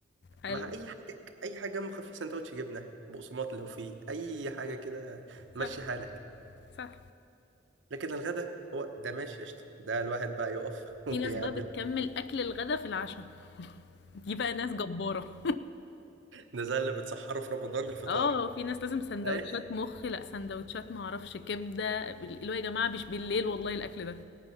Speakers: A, on the left; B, on the right.
A: <laughs> حلو
B: مع اي حاجة اي حاجة جنب خفيف سندوتش جبنة بقسماط لو فيه اي حاجة كده مشي
A: صح
B: حالك
A: صح
B: لكن الغدا هو ده ماشي قشطة ده الواحد بقى يقف <laughs>
A: في ناس
B: ويعمل
A: بقى بتكمل اكل الغدا في العشاء دي بقى ناس جبارة <laughs>
B: ده زي اللي بتسحره في رمضان الفطار
A: اه في ناس لازم سندوتشات
B: ايوه
A: مخ لا سندوتشات معرفش كبدة اللي هو يا جماعة مش بالليل والله الاكل ده